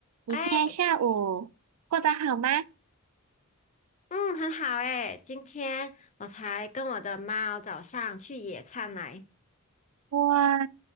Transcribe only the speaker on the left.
哎，嗯，很好哎，今天我才跟我的猫早上去野餐来。